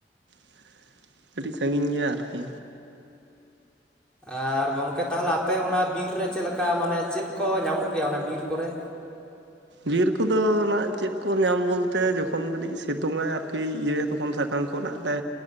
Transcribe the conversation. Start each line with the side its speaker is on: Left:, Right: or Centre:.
Right: ᱾ ᱠᱟᱹᱴᱤᱡ ᱥᱟᱺᱜᱤᱧ ᱜᱮᱭᱟ ᱟᱨᱠᱤ᱾
Centre: ᱟᱨ ᱜᱚᱢᱠᱮ ᱛᱟᱦᱚᱞᱮ ᱟᱯᱮ ᱚᱱᱟ ᱵᱤᱨ ᱨᱮ ᱪᱮᱫ ᱞᱮᱠᱟ ᱢᱟᱱᱮ ᱪᱮᱫ ᱠᱚ ᱧᱟᱢᱚᱜ ᱜᱮᱭᱟ ᱚᱱᱟ ᱵᱤᱨ ᱠᱚ ᱨᱮ?
Right: ᱵᱤᱨ ᱠᱚ ᱫᱚ ᱚᱱᱟ ᱪᱮᱫ ᱠᱚ ᱧᱟᱢ ᱵᱳᱞᱛᱮ ᱡᱚᱠᱷᱚᱱ ᱠᱟᱹᱴᱤᱡ ᱥᱮᱛᱳᱝᱟᱭ ᱟᱨᱠᱤ ᱤᱭᱟᱹ ᱛᱚᱠᱷᱚᱱ ᱥᱟᱼᱼ ᱠᱟᱢ ᱠᱚ ᱱᱟᱜ ᱞᱮ